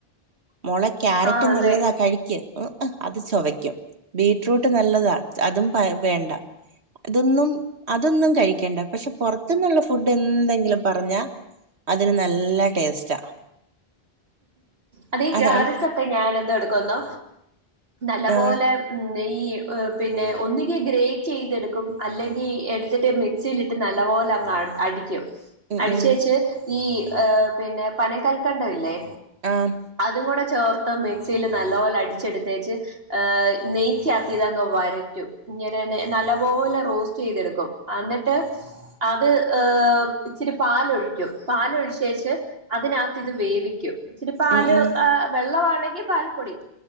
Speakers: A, on the right; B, on the right.
A: മോളെ ക്യാരറ്റ്
B: ആഹ് അതെ
A: നല്ലതാ കഴിക്ക്. ഓഎ അത് ചൊവക്കും ബീറ്റ്റൂട്ട് നല്ലതാ അതും പയ വേണ്ട. ഇതൊന്നും അതൊന്നും കഴിക്കണ്ട പക്ഷെ പൊറത്ത്ന്നുള്ള ഫുഡ് എന്തെങ്കിലും പറഞ്ഞാ. അതിന് നല്ല ടേസ്റ്റാ.
B: അതേയ്
A: അതാണ്
B: ക്യാരറ്റൊക്കെ ഞാൻഅത് എടുക്കുന്നു നല്ല
A: ആഹ്
B: പോലെ. - നെയ്യ് പിന്നെ ഒന്ന്ങ്കി ഗ്രേറ്റെ യ്തെടുക്കും അല്ലെങ്കിൽ എടുത്തിട്ട് മിക് സിലിട്ട് നല്ല പോലെ അങ്ങ് അടിക്കും
A: ഉം
B: അടി
A: ഉം
B: ച്ചേച്ച് ഈ പിന്നെ പനം കൽക്കണ്ടം ഇല്ലേ
A: ആം
B: അതും കൂടെ ചേർത്ത് മിക്സിയില് നല്ലോലെ അടിച്ചെടുത്തേച്ച് നെയ്ക്കാത്ത് ഇതങ്ങ് വഴറ്റും ഇങ്ങനന്നെ നല്ലപോലെ റോസ്റ്റെയ് തെടുക്കും അന്നിട്ട് അത് ഏഹ് ഇച്ചിരി പാലൊഴിക്കും പാലൊഴിച്ചേച്ച് അതിനകത്ത് ഇത് വേവിക്കും ഇച്ചരി പാല്
A: ഉം ഉം
B: വെള്ളമാണെങ്കി പാൽപ്പൊടി